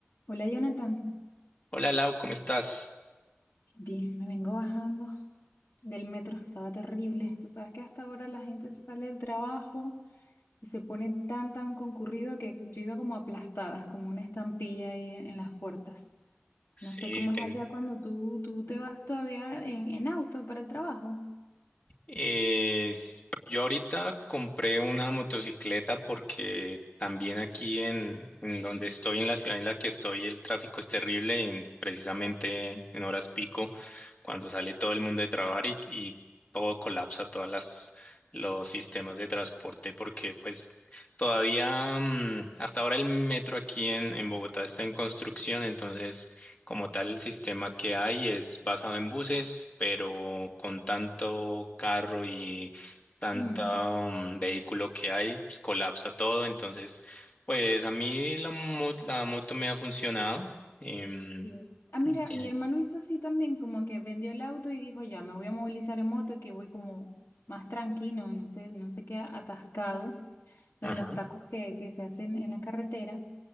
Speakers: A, on the left; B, on the left.
A: Hola Jonathan,
B: Hola Lau, ¿cómo estás?
A: bien, me vengo bajando del metro, estaba terrible. Tú sabes que hasta ahora la gente sale del trabajo y se pone tan, tan concurrido que yo iba como aplastada, como una estampilla ahí en, en las puertas.
B: Sí,
A: No sé cómo es
B: ten-
A: allá cuando tú, tú te vas todavía en, en auto para el trabajo.
B: es- yo ahorita compré una motocicleta porque también aquí en, en donde estoy, en la ciudad en la que estoy, el tráfico es terrible en- precisamente en horas pico, cuando sale todo el mundo de trabajar y, y todo colapsa, todas las los sistemas de transporte, porque pues todavía mm, hasta ahora el metro aquí en, en Bogotá está en construcción, entonces Como tal, el sistema que hay es basado en buses, pero con tanto carro y tanto
A: Mm,
B: mm, vehículo que hay, pues, colapsa todo. Entonces, pues a mí la, mo- la moto me ha funcionado. em,
A: sí. Ah, mira,
B: Sí.
A: mi hermano hizo así también, como que vendió el auto y dijo, ya, me voy a movilizar en moto, que voy como más tranquilo, no sé, no sé qué atascado. en
B: ajá,
A: los tacos que, que se hacen en la carretera.